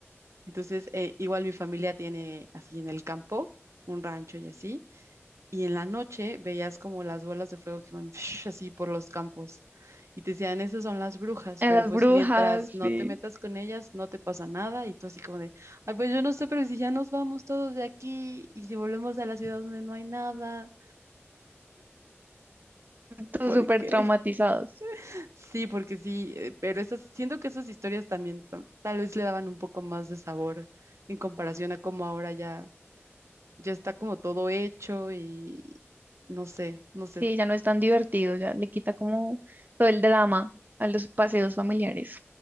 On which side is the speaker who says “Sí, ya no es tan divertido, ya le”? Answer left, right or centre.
Right